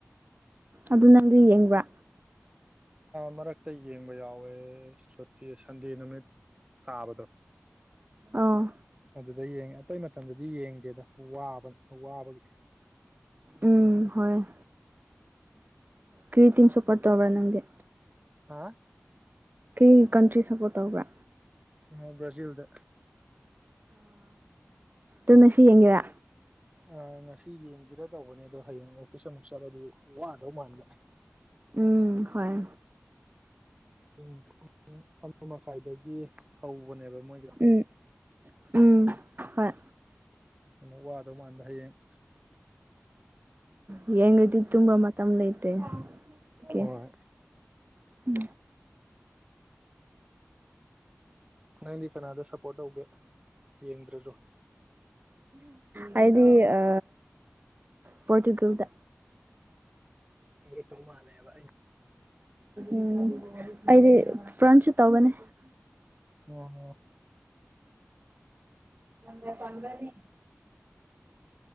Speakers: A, on the right; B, on the right.
A: ꯑꯗꯨ ꯅꯪꯗꯤ ꯌꯦꯡꯕ꯭ꯔꯥ
B: ꯃꯔꯛꯇ ꯌꯦꯡꯕ ꯌꯥꯎꯋꯦ ꯁꯨꯇꯤ ꯁꯟꯗꯦ ꯅꯨꯃꯤꯠ ꯀꯥꯕꯗꯣ
A: ꯑꯥ
B: ꯑꯗ ꯌꯦꯡꯉꯦ ꯑꯇꯩ ꯃꯇꯝꯗꯗꯤ ꯌꯦꯡꯗꯦꯗ ꯋꯥꯕ ꯋꯥꯕꯒꯤ
A: ꯎꯝ ꯍꯣꯏ ꯀ꯭ꯔꯤꯇꯤꯝ ꯁꯣꯄꯣꯔꯠ ꯇꯧꯧꯕ꯭ꯔꯥ ꯅꯪꯗꯤꯦ
B: ꯍꯥ
A: ꯀꯩ ꯀꯟꯇ꯭ꯔꯤ ꯁꯞꯄꯣꯔꯠ ꯇꯧꯕ꯭ꯔꯥ
B: ꯎ ꯕ꯭ꯔꯖꯤꯜꯗ
A: ꯑꯅꯁꯤ ꯌꯦꯒꯔ
B: ꯑ ꯉꯁꯤ ꯌꯦꯡꯁꯤꯔ ꯇꯧꯕꯅꯦ ꯑꯗꯣ ꯍꯌꯦꯡ ꯑꯣꯐꯤꯁ ꯑꯃꯨꯛ ꯆꯠꯂꯗꯤ ꯋꯥꯗꯧ ꯃꯥꯟꯕ
A: ꯎꯝ ꯍꯣꯏ
B: ꯑ ꯄꯨꯡ ꯑꯃ ꯃꯈꯥꯏꯗꯒꯤ ꯍꯧꯕꯅꯦꯕ ꯃꯣꯏꯒꯤꯗ
A: ꯎꯝ ꯎꯝ ꯍꯣꯏ
B: ꯑꯃꯨꯛ ꯋꯥꯗꯧ ꯃꯥꯟꯕ ꯍꯌꯦꯡ
A: ꯎ ꯌꯦꯡꯇꯗꯤ ꯇꯨꯝ ꯃꯝꯗꯩꯇꯩ ꯀꯦ
B: ꯍꯣꯏ
A: ꯎꯝ
B: ꯅꯪꯗꯤ ꯀꯅꯥꯗ ꯁꯞꯄꯣꯔꯠ ꯇꯧꯒꯦ ꯌꯦꯡꯗ꯭ꯔꯁꯨꯣ
A: ꯍꯥꯏꯗꯤ ꯑ ꯄꯔꯆꯨꯒꯦꯜꯗ
B: ꯑꯣ ꯇꯃ ꯂꯩꯕ
A: ꯎꯝ ꯑꯗꯤ ꯐ꯭ꯔꯟꯁꯁꯨ ꯇꯧꯕꯅꯦ
B: ꯑꯣ
A: ꯅ ꯐꯝꯕꯅꯤ